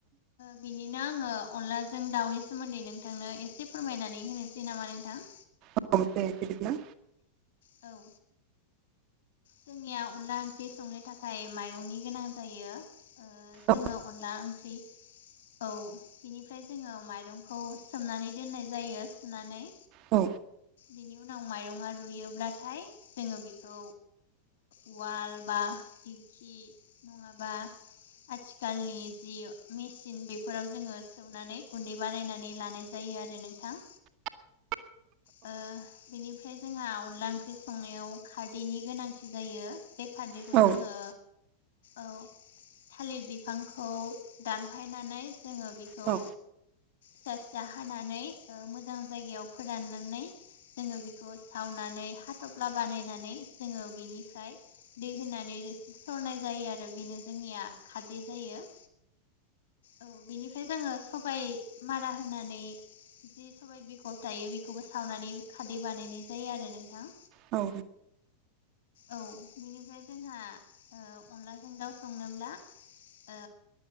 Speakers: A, on the left; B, on the right.
A: बिनिनो आङो अनलाजों दाउनि सोमोन्दै नोंथांनो एसे फोरमायनानै होनोसै नामा नोंथां?
B: औ दे बिदिब्ला
A: औ जोंनिया अनला ओंख्रि संनो थाखाय माइरंनि गोनां जायो।
B: औ
A: जोङो अनला ओंख्रि औ बिनिफ्राय जोङो माइरंखौ सोमनानै दोननाय जायो सुनानै।
B: औ
A: बेनि उनाव माइरङा रुयोब्लाथाय जोङो बेखौ उवाल बा दिंखि नङाबा आथिखालनि जि मेचिन बेफोराव जोङो सौनानै गुन्दै बानायनानै लानाय ज जायो आरो नोंथां।
B: <inaudible>
A: बेनिफ्राय जोंहा अनला ओंख्रि संनायाव खारदैनि गोनांथि जायो बे खारदैखौ
B: औ
A: जोङो औ थालिर बिफांखौ दानफायनानै जोङो बेखौ
B: औ
A: फिसा फिसा हानानै मोजां जायगायाव फोराननानै जोङो बेखौ सावनानै हाथ'फ्ला बानायनानै जोङो बिनिफ्राय दै होनानै रोसि सरनाय जायो आरो बेनो जोंनिया खारदै जायो औ बेनिफ्राय जोङो सबबाय मारा होनानै जि सबाइ बिगर थायो बेखौबो सावनानै खादै बानायनाय जायो आरो नोंथां।
B: औ
A: औ बेनिफ्राय जोंहा अनलाजों दाउ संनोब्ला ओ